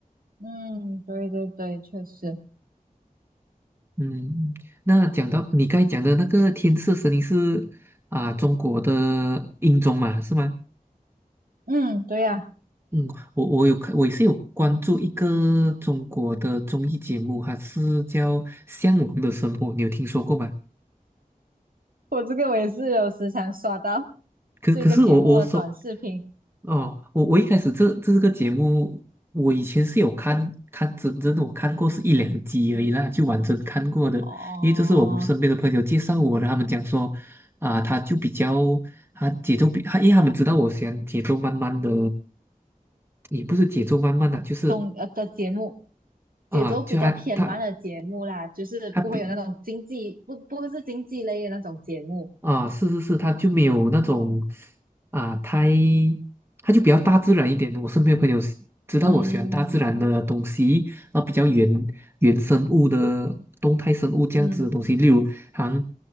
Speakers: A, on the right; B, on the right.
A: 嗯，对对对，确实，
B: 嗯，那讲到你刚才讲的那个《天赐神音》是啊、中国的音综嘛，是吗？
A: 嗯，对呀、
B: 嗯，我我有看，我也是有关注一个中国的综艺节目，它是叫《向往的生活》，你有听说过吗？
A: 我这个我也是有时常刷到。
B: 可可是我我说
A: 这个节目的短视频
B: 哦，我我一开始这这个节目，我以前是有看看真正的，我看过是一两集而已啦，就完整看过的，
A: 哦，
B: 因为这是我们身边的朋友介绍我的，他们讲说啊、他就比较他节奏比他，因为他们知道我喜欢节奏慢慢的，也不是节奏慢慢的，就是
A: 动呃的节目，
B: 啊、
A: 节奏比较偏慢的节目啦，
B: 就爱他。
A: 就是不会有那种经济不不会是经济类的那种节目，
B: 他比啊，是是是，他就没有那种啊，太，他就比较大自然一点。我身边的朋友喜知道我喜欢大自然的东西，
A: 嗯
B: 然后比较原原生物的动态生物这样子的东西，
A: 嗯，
B: 例如好像